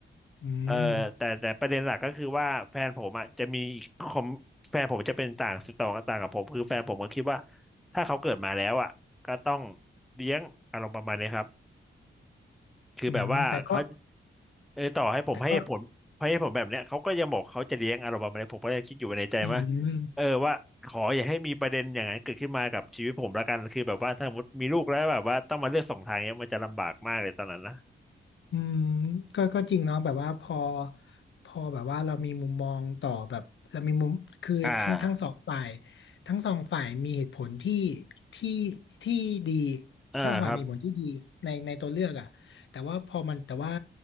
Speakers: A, on the left; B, in the centre.
A: อืม
B: เออแต่แต่ประเด็นหลักก็คือว่าแฟนผมอ่ะจะมีคอมแฟนผมจะเป็นต่างต่างต่างกับผมคือแฟนผมก็คิดว่าถ้าเขาเกิดมาแล้วอ่ะก็ต้องเลี้ยงอารมณ์ประมาณนี้ครับคือแบบว่าเขา
A: อืมแต่ก็
B: เออต่อให้ผมให้เหตุผลให้เหตุผลแบบเนี้ยเขาก็ยังบอกเขาจะเลี้ยงอารมณ์ประมาณนี้ผมก็จะคิดอยู่ในใจว่า
A: แต่ก็อืม
B: เออว่าขออย่าให้มีประเด็นอย่างนั้นเกิดขึ้นมากับชีวิตผมละกันคือแบบว่าถ้าสมมติมีลูกแล้วแบบว่าต้องมาเลือกสองทางเนี้ยมันจะลำบากมากเลยตอนนั้นนะ
A: อืมก็ก็จริงเนาะแบบว่าพอพอแบบว่าเรามีมุมมองต่อแบบเรามีมุมคือทั้งทั้งสองฝ่าย
B: อ่า
A: ทั้งสองฝ่ายมีเหตุผลที่ที่ที่ดี
B: อ่าครับ
A: ทั้งสองฝ่ายมีเหตุผลที่ดีในในตัวเลือกอ่ะแต่ว่าพอมันแต่ว่า